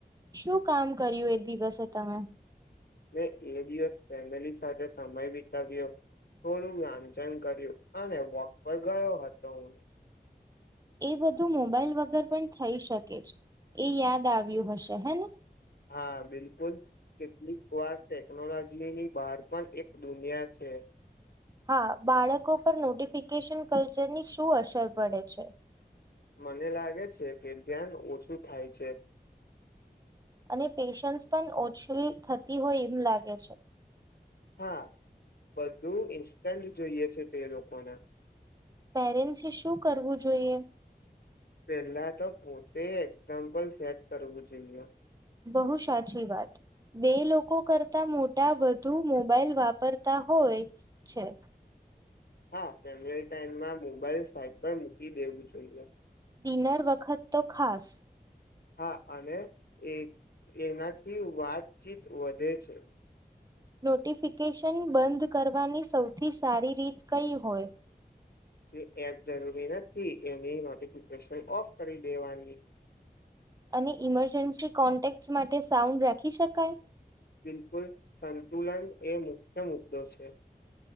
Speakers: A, on the right; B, on the left.
A: શું કામ કર્યું એ દિવસે તમે
B: મેં એ દિવસ ફેમિલી સાથે સમય વિતાવ્યો થોડું લાંચન કર્યું અને વોક પર ગયો હતો હું
A: એ બધું મોબાઈલ વગર પણ થઈ શકે છે એ યાદ આવ્યું હશે હે
B: હા બિલકુલ કેટલીક વાર ટેકનોલોજીની બહાર પણ એક દુનિયા છે
A: હા બાળકો પર નોટિફિકેશન કલ્ચરની શું અસર પડે છે
B: મને લાગે છે કે ધ્યાન ઓછું થાય છે
A: અને પેશન્સ પણ ઓછી થતી હોય એમ લાગે છે
B: હા બધું ઇન્સ્ટન્ટ જોઈએ છે તે લોકોને
A: પેરેન્ટસે શું કરવું જોઈએ
B: પેલા તો પોતે એક્ઝામ્પલ સેટ કરવું જોઈએ
A: બહુ સાચી વાત બે લોકો કરતા મોટા વધુ મોબાઈલ વાપરતા હોય છે.
B: હા ફેમ ટાઈમમાં મોબાઈલ ફઇટ પર મૂકી દેવું જોઈએ
A: ડિનર વખત તો ખાસ.
B: હા અને એ એનાથી વાતચીત વધે છે.
A: નોટિફિકેશન બંધ કરવાની સૌથી સારી રીત કઈ હોય.
B: જે એપ જરૂરી નથી એની નોટિફિકેશન ઓફ કરી દેવાની.
A: અને ઈમરજન્સી કોન્ટેક માટે સાઉન્ડ રાખી શકાય.
B: બિલકુલ સંતુલન એ મુખ્ય મુદ્દો છે.